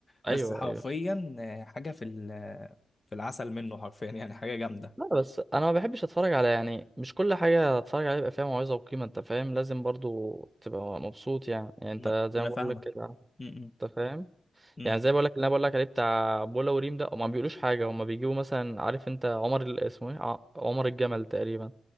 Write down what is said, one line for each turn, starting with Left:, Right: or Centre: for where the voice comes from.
Right: ايوه
Left: بس حرفيا
Right: ايوه
Left: آه، حاجة في ال- في العسل منه حرفيا يعني حاجة جامدة
Right: لا بس انا ما بحبش اتفرج على يعني مش كل حاجه اتفرج عليها يبقى فيها موعظه وقيمه انت فاهم لازم برضو تبقى مبسوط يعني يعني انت
Left: ما ما
Right: زي
Left: انا
Right: ما بقول
Left: فاهمك
Right: لك كده
Left: م-
Right: انت فاهم
Left: م- م.
Right: يعني زي بقول لك اللي انا بقول لك عليه بتاع بولا وريم ده هما ما بيقولوش حاجه هما بيجيبوا مثلا عارف انت عمر ال- اسمه ايه ع- عمر الجمل تقريبا